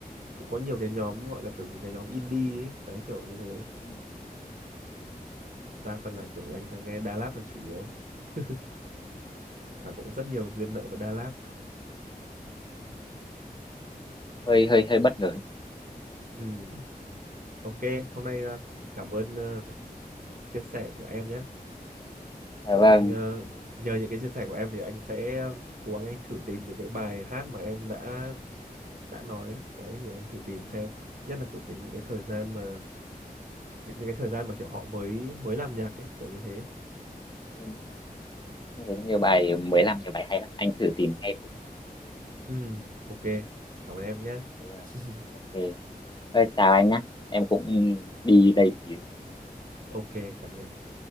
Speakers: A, on the right; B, on the left.
A: cũng có nhiều cái nhóm gọi là kiểu những cái nhóm indie ấy. đấy kiểu như thế
B: Ừ.
A: đa phần là kiểu anh là nghe Da Lab là chủ yếu <laughs> và cũng rất nhiều duyên nợ với Da Lab
B: hơi hơi hơi bất ngờ
A: ừ ok hôm nay ờ, cảm ơn ờ, chia sẻ của em nhé
B: à,
A: kiểu
B: vâng
A: anh ờ, nhờ những cái chia sẻ của em thì anh sẽ cố gắng anh thử tìm những cái bài hát mà em đã đã nói đấy để anh thử tìm xem nhất là kiểu cái, những cái thời gian mà những cái thời gian mà kiểu họ mới mới làm nhạc ấy kiểu như thế
B: Ừ. Em thấy nhiều bài mới làm nhiều bài hay lắm anh thử tìm ngay thử
A: ừ ok cảm ơn em nhé
B: Ừ.
A: <laughs>
B: ok Thôi, chào anh nhá em cũng đi đây xíu
A: ok cảm ơn em